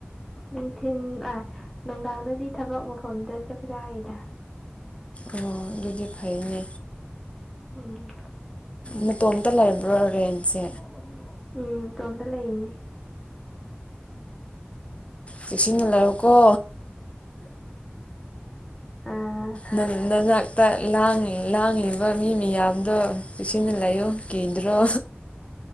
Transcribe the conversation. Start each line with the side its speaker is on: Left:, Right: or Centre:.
Centre: ꯅꯨꯡꯊꯤꯜ ꯑꯥ ꯅꯨꯡꯗꯥꯡꯗꯗꯤ ꯊꯕꯛ ꯃꯐꯝꯗ ꯆꯥꯛ ꯆꯥꯥꯏꯗ
Left: ꯑꯣ ꯑꯗꯨꯗꯤ ꯐꯩꯅꯦ
Centre: ꯎꯝ
Left: ꯅꯥꯇꯣꯝꯇ ꯂꯩꯔꯝꯕ꯭ꯔꯣ ꯔꯦꯟꯁꯦ
Centre: <unintelligible> ꯎꯝ ꯏꯇꯣꯝꯗꯥ ꯂꯩꯔꯤꯅꯤ
Left: ꯆꯦꯛꯁꯤꯟꯅ ꯂꯥꯛꯑꯣꯀꯣ
Centre: ꯑꯥ
Left: ꯅꯪ ꯅꯅꯥꯛꯇ ꯂꯥꯡ ꯂꯥꯡꯂꯤꯕ ꯃꯤ ꯃꯌꯥꯝꯗꯣ ꯆꯦꯛꯁꯤꯟꯅ ꯂꯩꯌꯨ ꯀꯤꯗ꯭ꯔꯣ